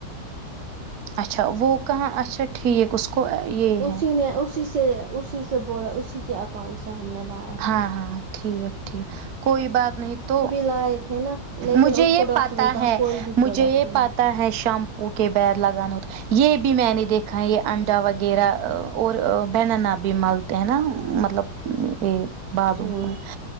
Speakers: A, on the right (about 65°); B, on the right (about 75°).
A: اچھا وہ کہا اچھا ٹھیک ا اس کو کو یہ
B: اسی
A: ہے
B: نے اسی سے اسی سے بولا اسی کے اکاؤنٹ سے ہم نے لایا
A: ہاں
B: تھا
A: ہاں ٹھیک ٹھیک کوئی بات نہیں تو
B: لاے تھے نا لیکن
A: مجھے
B: اس
A: یہ
B: کو ڈاکٹر
A: پتا
B: نے کہا
A: ہے
B: کوئی بھی پروڈکٹ
A: مجھے یہ
B: نہیں
A: پتا
B: مل
A: ہے شیمپو کے بعد لگانا یہ بھی میں نے دیکھا ہے یہ انڈا وغیرہ اور بنانا بھی ملتے ہیں نا مطلب ہمم بالو
B: ہوں
A: پر